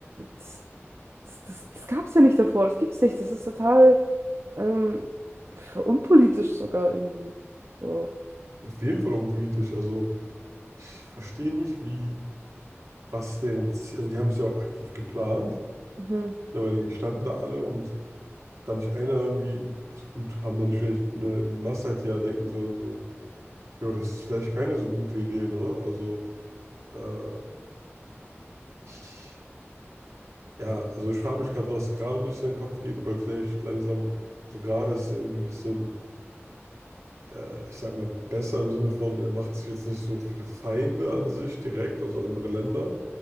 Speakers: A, on the right; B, on the right.
A: das, das, das, das gab es ja nicht davor, das gibt's nicht. Das ist total ähm, unpolitisch sogar irgendwie. So.
B: Auf jeden Fall unpolitisch. Also ich verstehe nicht, wie, was deren Ziel, also die haben es ja auch aktiv geplant,
A: Mhm.
B: ne, weil die standen da alle und hat da nicht einer irgendwie, also gut, haben da nicht vielleicht, ne, die Masse hätte ja denken sollen, so, jo, das ist vielleicht keine so gute Idee, ne? Also äh, ich Ja, also ich frage mich gerade, was gerade durch seinen Kopf geht, ob er vielleicht langsam, so also gerade ist er irgendwie ein bisschen, äh, ich sag mal, besser im Sinne von, er macht sich jetzt nicht so viele Feinde an sich direkt, also andere Länder.